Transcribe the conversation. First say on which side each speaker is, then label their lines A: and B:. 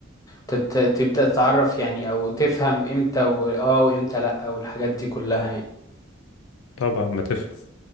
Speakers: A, on the left (about 15°); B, on the left (about 80°).
A: تت... تبدأ تتعرف يعني او تفهم امتى و... اه وامتى لأ والحاجات دي كلها يعني
B: طبعا ما تفهم